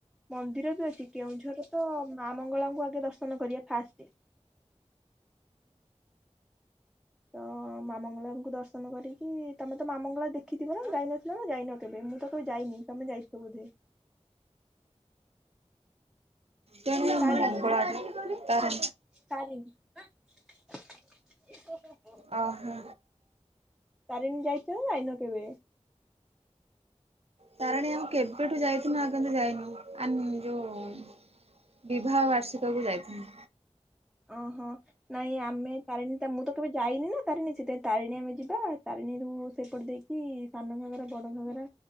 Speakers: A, in the centre; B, on the right (about 60°).
A: ମନ୍ଦିର ବି ଅଛି କେଉଁଝର ତ ମା ମଙ୍ଗଳାଙ୍କୁ ଆଗେ ଦର୍ଶନ କରିବା ଫାଷ୍ଟ ତ ମା ମଙ୍ଗଳାଙ୍କୁ ଦର୍ଶନ ନ କରିକି ତମେ ତ ମଙ୍ଗଳା ଦେଖିଥିବ ନା ଯାଇନଥିଲ ନା ଯାଇନ କେବେ ମୁଁ ତ କେବେ ଯାଇନି ତମେ ଯାଇଥିବ ବୋଧେ
B: କେଜାଣି
A: ତାରିଣୀ
B: ମଙ୍ଗଳା
A: ମ
B: ଯୋଉ ତାର
A: ତାରିଣୀ। <unintelligible>
B: ଓହୋ।
A: ତାରିଣୀ ଯାଇଛ ନା ଯାଇନ କେବେ?
B: ତାରିଣୀ ଆମେ କେବେଠୁ ଯାଇଥିଲୁ ଆଉ କିନ୍ତୁ ଯାଇନି। ଆନି ଯୋଉ ବିବାହ ବାର୍ଷିକକୁ ଯାଇଥିଲି।
A: ଓହୋ ନାଇଁ ଆମେ ତାରିଣୀ ତା ମୁଁ ତ କେବେ ଯାଇନି ନା ତାରିଣୀ ସେଥିପାଇଁ ତାରିଣୀ ଆମେ ଯିବା ତାରିଣୀରୁ ସେପଟେ ଦେଇକି ସାନ ଘାଗରା ବଡ଼ ଘାଗରା